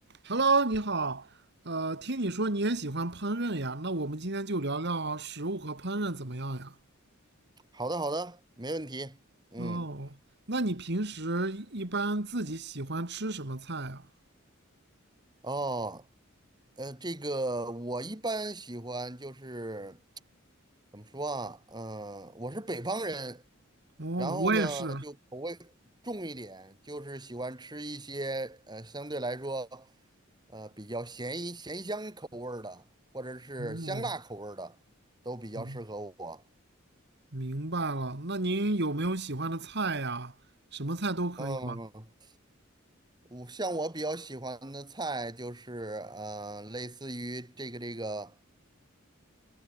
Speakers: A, on the right (about 55°); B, on the right (about 20°).
A: Hello，你好。呃，听你说你也喜欢烹饪呀，那我们今天就聊聊食物和烹饪怎么样呀？
B: 好的，好的，没问题。嗯，
A: 哦，那你平时一般自己喜欢吃什么菜呀？
B: 哦，呃，这个我一般喜欢就是怎么说啊？嗯、我是北方人，
A: 哦，
B: 然后呢就口味重一点，
A: 我也是。
B: 就是喜欢吃一些呃相对来说呃比较咸一咸香口味儿的，或者是香辣口味儿的，
A: 哦，
B: 都比较适合我。
A: 嗯明白了。那您有没有喜欢的菜呀？什么菜都可以吗？
B: 嗯，我像我比较喜欢的菜就是呃类似于这个这个。